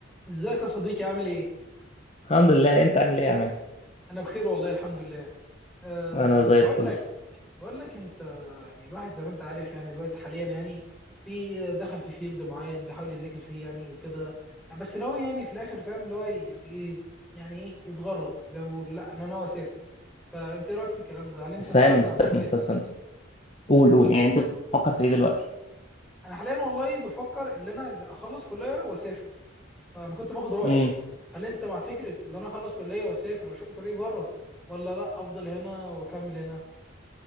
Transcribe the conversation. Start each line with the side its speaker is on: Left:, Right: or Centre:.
Centre: ازيك يا صديقي عامل ايه؟
Left: الحمد لله انت عامل ايه يا عماد
Centre: انا بخير والله الحمد لله. أه
Left: انا زي
Centre: بقول
Left: الفل
Centre: لك بقول لك انت يعني الواحد زي ما انت عارف يعني الوقت حاليا يعني في دخل في فيلد معين بيحاول يذاكر فيه يعني وكده بس ناوي يعني في الاخر فاهم اللي هو يعني ايه يعني ايه يتغرب زي ما بيقول لا انا ناوي اسافر فانت ايه رايك في الكلام ده؟ هل انت
Left: استنى
Centre: فعلا مع
Left: استنى
Centre: فكره
Left: استنى استنى قول قول يعني انت بتفكر في ايه دلوقتي
Centre: انا حاليا والله بفكر ان انا إذا اخلص كليه واسافر فانا كنت باخد رايك
Left: امم
Centre: هل انت مع فكره ان انا اخلص كليه واسافر واشق طريق بره ولا لا افضل هنا واكمل هنا؟